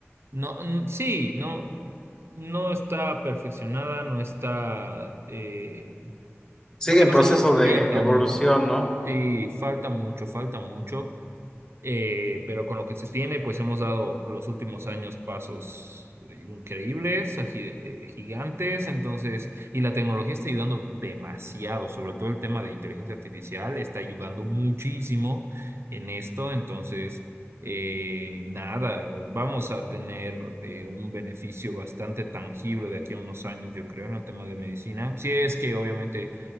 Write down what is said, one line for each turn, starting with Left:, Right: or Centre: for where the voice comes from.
Right: no, mm, sí, no. No está perfeccionada, no está... eh,
Left: sigue
Right: mucha
Left: en
Right: cosa
Left: proceso
Right: no descubierta
Left: de evolución,
Right: aún, ¿no?
Left: ¿no?
Right: Sí, falta mucho, falta mucho, eh, pero con lo que se tiene, pues hemos dado los últimos años pasos increíbles, agi- eh, gigantes, entonces, y la tecnología está ayudando demasiado, sobre todo el tema de inteligencia artificial está ayudando muchísimo en esto, entonces, eh, nada, vamos a tener eh, un beneficio bastante tangible de aquí a unos años, yo creo, en el tema de medicina, si es que obviamente